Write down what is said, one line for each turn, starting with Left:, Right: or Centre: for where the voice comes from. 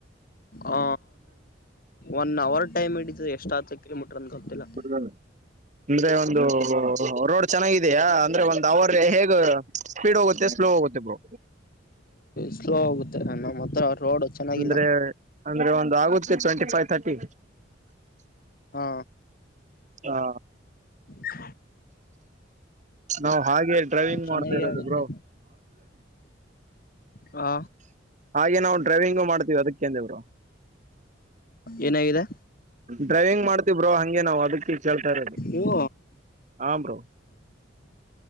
Left: ಆ ಒನ್ ಅವರ್ ಟೈಮ್ ಇಿಡಿದು ಎಷ್ಟು ಹತ್ತು ಕಿಲೋಮೀಟರ್ ಅಂತ ಗೊತ್ತಿಲ್ಲ
Right: ಬ್ರೋ ಅಂದ್ರೆ ಒಂದು ರೋಡ್ ಚೆನ್ನಾಗಿದೆಯಾ ಅಂದ್ರೆ ಒಂದು ಅವರ ಹೇಗ ಸ್ಪೀಡ್ ಹೋಗುತ್ತೆ ಸ್ಲೋ ಹೋಗುತ್ತೆ ಬೋ
Left: ಸ್ಲೋ ಆಗುತ್ತೆ ನಮ್ಮ ಹತ್ರ ರೋಡ್ ಚೆನ್ನಾಗಿಲ್ಲ
Right: ಅಂದ್ರೆ ಅಂದ್ರೆ ಒಂದು್ ಆಗತ್ ಟ್ವೆಂಟಿ ಫೈವ್ ತರ್ಟಿ
Left: ಹಾ
Right: ಹಾ
Left: ಹ
Right: ನಾ ಹಾಗೆ ಡ್ರೈವಿಂಗ್
Left: ಚೆನ್ನಾಗಿ
Right: ಮಾಡ್ತಾ ಇರೋದು
Left: ಆಗುತ್ತೆ
Right: ಬ್ರೋ
Left: ಹಾ
Right: ಹಾಗೆ ನಾವು ಡ್ರೈವಿಂಗು ಮಾಡ್ತೀವಿ ಅದಕ್ಕೇಂದೇವರು
Left: ಏನಾಗಿದೆ
Right: ಡ್ರೈವಿಂಗ್ ಮಾಡ್ತವ್ರೋ ಹಂಗೆ ನಾವವು ಅದಕ್ಕೆ ಕೇಳ್ತಾ ಇರೋದು
Left: ಇವು
Right: ಹ ಬ್ರೋ